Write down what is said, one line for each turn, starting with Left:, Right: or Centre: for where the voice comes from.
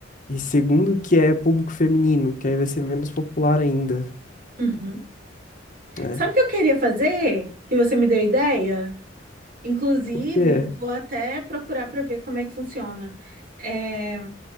Left: E segundo que é público feminino, que aí vai ser menos popular ainda,
Right: uhum.
Left: né?
Right: Sabe o que eu queria fazer? Que você me deu ideia? Inclusive,
Left: O que é?
Right: vou até procurar para ver como é que funciona. É,